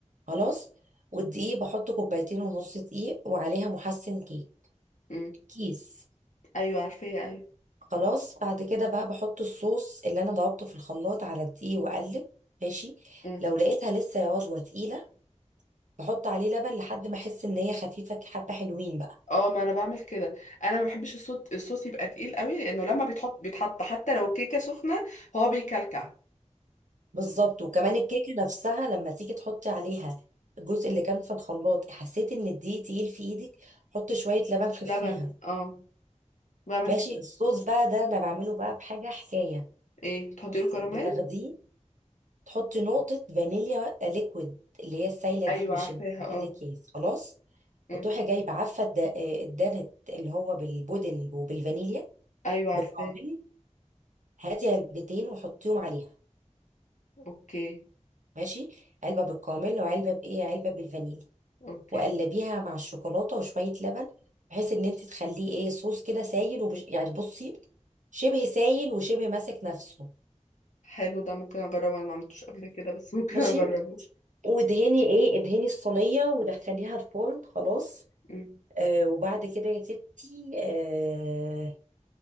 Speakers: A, on the right; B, on the left.
A: خلاص والدقيق بحط كوبايتين ونص دقيق وعليها محسن كيك
B: م.
A: كيس
B: ايوه عارفاه ايوه
A: خلاص بعد كده بقى بحط الصوص اللي انا ضربته في الخلاط على الدقيق واقلب ماشي
B: م.
A: لو لقيتها لسه يا عضوة تقيلة بحط عليه لبن لحد ما احس ان هي خفيفة حبة حلوين بقى
B: اه ما انا بعمل كده انا ما بحبش الصوت الصوص يبقى تقيل قوي لانه لما بيتحط بيتحط حتى لو الكيكه سخنه هو بيكلكع
A: بالظبط وكمان الكيكة نفسها لما تيجي تحطي عليها الجزء اللي كان في الخلاط حسيت ان الدقيق تقيل في ايدك حط شوية لبن خفيها
B: فلبن اه بعمل
A: ماشي
B: كده
A: الصوص بقى ده انا بعمله بقى بحاجة حكاية
B: ايه تحطي
A: بصي
B: له كراميل
A: بتاخديه تحطي نقطة فانيليا ليكويد اللي هي السايلة دي
B: ايوه
A: مش
B: عارفاها
A: ال- مش الأكياس
B: اه
A: خلاص
B: أمم.
A: وتروحي جايبة عفة الد- آه، الدانت اللي هو بالبودنج وبالفانيليا
B: ايوه
A: بالكامل
B: عارفاها
A: هاتي علبتين وحطيهم عليها
B: اوكي
A: ماشي علبة بالكامل وعلبة بإيه علبة بالفانيليا
B: اوكي
A: وقلبيها مع الشوكولاتة وشوية لبن بحيث ان انت تخليه ايه صوص كده سايل ومش يعني بصي شبه سايل وشبه ماسك نفسه
B: حلو ده ممكن اجربه انا ما عملتوش قبل كده بس <laughs> ممكن
A: ماشي
B: اجربه
A: وادهني ايه ادهني الصينية ودخليها الفرن خلاص
B: أمم.
A: آه وبعد كده يا ستي آه